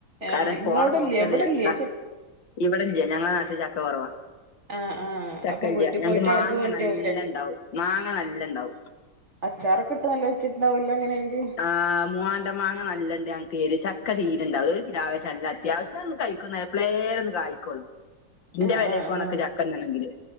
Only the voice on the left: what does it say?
കാരണം
പോണ പോക്കല്ലേ
ചക്ക. ഇവിടെല്യ ഞങ്ങള നാട്ടിൽ ചക്ക കൊറവാ.
ചക്കല്യ
ഞങ്ങക്ക്
മാങ്ങേ
നല്ലണ്ടാവും മാങ്ങ നല്ലണ്ടാവും.
ആഹ് മൂവാണ്ടൻ മാങ്ങ നല്ലണ്ട് ഞങ്ങക്കീരി ചക്ക തീരുണ്ടാവൂല ഒരു പിലാവച്ചല്ലത്യാവശ്യം കഴി ക്കൊന്നെപ്പളേലൊന്ന് കായിക്കൊള്ളൂ.
ഇന്റെ പേരേക്കോണക്ക്
ചക്കന്നണെങ്കില്.